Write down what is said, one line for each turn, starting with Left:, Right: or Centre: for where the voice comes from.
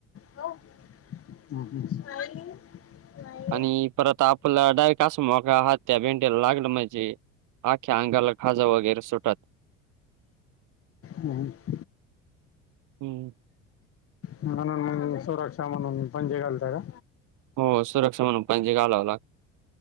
Left: हो हम् हम्
Right: आणि परत आपला डाव कासं मग हत्या भेंड्याला लागलं म्हणजे आख्या अंगाला खाजं वगैरे सुटात
Left: हम्
Right: हम्म
Left: म्हणून म्हणजे सुरक्षा म्हणून पणजे घालत का
Right: हो सुरक्षा म्हणून पणजे घालावं लाग